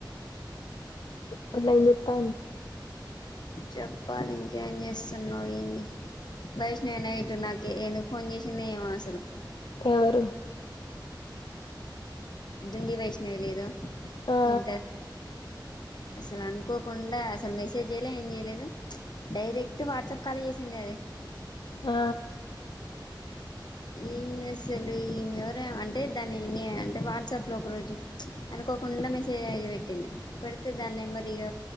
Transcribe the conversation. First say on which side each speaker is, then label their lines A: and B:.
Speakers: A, on the left; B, on the left.
A: పిల్ల ఎం జెత్తంది
B: చెప్పాలి ఇంకేం చేస్తున్నావు ఏంది వైష్ణవి నైటు నాకు ఎందుకు ఫోన్ చేసింది ఏమో అసలు
A: ఎవరు
B: దుండి వైష్ణవి లేద
A: ఆ
B: ఇంటర్ అసలు అనుకోకుండా అసలు మెసేజ్ చేయలే ఏం చేయలేదు డైరెక్ట్ వాట్సాప్ కాల్ చేసింది అది
A: ఆ
B: ఏంది అసలు ఈమె ఎవర అంటే దాన్ని అంటే వాట్సాప్ లో ఒక రోజు అనుకోకుండా మెసేజ్ అయి పెట్టింది పడితే దాని నెంబర్ ఇక